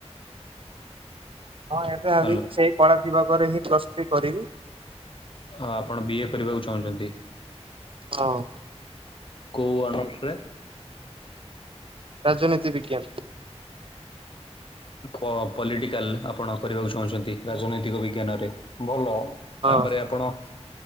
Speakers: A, on the right; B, on the left.
A: ହଁ ଏବେ ଭାବିକି
B: ହ୍ୟାଲୋ
A: ସେଇ କଳା ବିଭାଗରେ ହିଁ ପ୍ରସ୍ ଥ୍ରୀ କରିବି।
B: ହଁ ଆପଣ ବିଏ କରିବାକୁ ଚାହୁଁଛନ୍ତି।
A: ହଁ।
B: କୋଉ ଅନର୍ସ ରେ?
A: ରାଜନୀତି ବିଜ୍ଞାନ।
B: ପ ପଲିଟିକାଲ ଆପଣ କରିବାକୁ ଚାହୁଁଛନ୍ତି, ରାଜନୈତିକ ବିଜ୍ଞାନରେ ଭଲ।
A: ହଁ।
B: ତାପରେ ଆପଣ?